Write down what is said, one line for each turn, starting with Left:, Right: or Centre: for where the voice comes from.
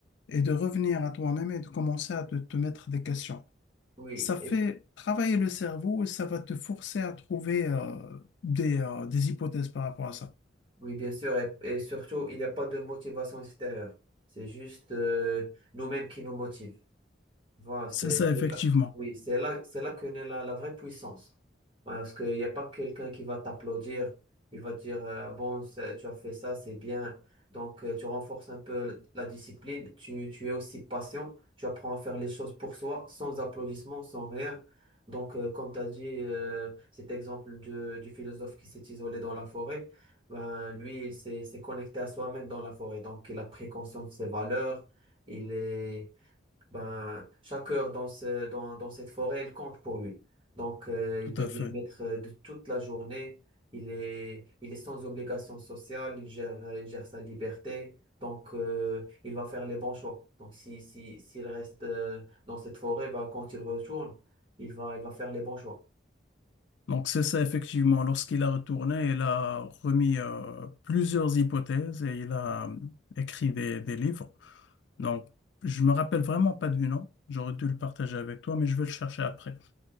Left: et de revenir à toi-même et de commencer à te, te mettre des questions.
Right: Oui.
Left: Ça fait travailler le cerveau et ça va te forcer à trouver euh, des, euh, des hypothèses par rapport à ça.
Right: Oui, bien sûr, et, et surtout, il n'y a pas de motivation extérieure. C'est juste euh, nous-mêmes qui nous motivent. Voilà,
Left: C'est
Right: c'est
Left: ça, effectivement.
Right: c'est là, oui, c'est là, c'est là que naît la, la vraie puissance. Voilà, parce qu'il n'y a pas quelqu'un qui va t'applaudir, il va dire euh, bon, c'est- tu as fait ça, c'est bien. Donc, euh, tu renforces un peu la discipline, tu, tu es aussi patient, tu apprends à faire les choses pour soi, sans applaudissements, sans rien. Donc, euh, comme tu as dit, euh, cet exemple de- du philosophe qui s'est isolé dans la forêt, ben, lui, il s'est s'est connecté à soi-même dans la forêt. Donc, il a pris conscience de ses valeurs, il est. Ben, chaque heure dans, ce- dans, dans cette forêt, elle compte pour lui. Donc, euh,
Left: Tout
Right: il devient
Left: à fait.
Right: maître euh, de toute la journée. Il est, il est sans obligation sociale. Il gère, euh, il gère sa liberté. Donc, euh, il va faire les bons choix. Donc, si, si, s'il reste euh, dans cette forêt, ben, quand il retourne, il va, il va faire les bons choix.
Left: Donc c'est ça, effectivement. Lorsqu'il a retourné, il a remis euh, plusieurs hypothèses et il a euh, écrit des, des livres. Donc, je me rappelle vraiment pas du nom. J'aurais dû le partager avec toi, mais je vais le chercher après.